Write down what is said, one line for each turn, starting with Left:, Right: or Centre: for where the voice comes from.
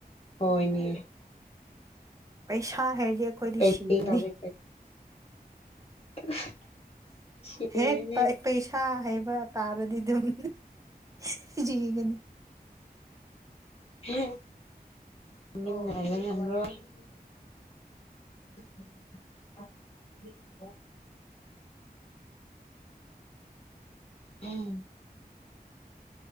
Left: ꯍꯣꯏꯅꯦ
Right: ꯄꯩꯁꯥ ꯍꯥꯏꯔꯗꯤ ꯑꯩꯈꯣꯏꯗꯤ
Left: ꯄꯦꯟꯇꯤꯡ
Right: ꯁꯤꯒꯅꯤ
Left: ꯇꯧꯔꯦ <inaudible>
Right: ꯍꯦꯛ
Left: ꯏꯔꯅꯦ
Right: ꯄꯩꯁꯥ ꯍꯩꯕ ꯇꯥꯔꯗꯤ ꯑꯗꯨꯒꯤꯅꯤ ꯁꯤꯒꯅꯤ
Left: <unintelligible> <inaudible> ꯎꯝ